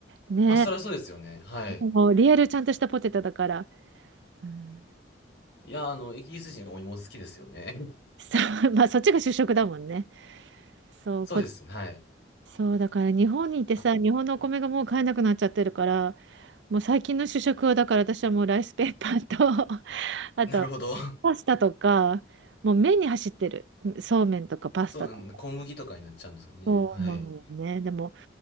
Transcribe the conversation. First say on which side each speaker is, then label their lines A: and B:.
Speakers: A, on the right; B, on the left.
A: ね
B: まあ、そりゃそうですよね。はい。
A: もうリアルちゃんとしたポテトだから、うん、
B: いや、あの、イギリス人お芋好きですよね。
A: そう <laughs> まあそっちが主食だもんね。
B: <laughs>
A: そう、
B: そうです。
A: こ
B: はい。
A: そうだから日本にいてさ日本のお米がもう買えなくなっちゃってるから。
B: あ、
A: もう最近の主食はだから私はもうライスペーパーと <laughs> あとパスタとかもう麺に走ってるそうめんとかパスタとか
B: なるほど。<laughs> そう、うん小麦とかになっちゃうんですよね。
A: そうなのよねでも
B: はい。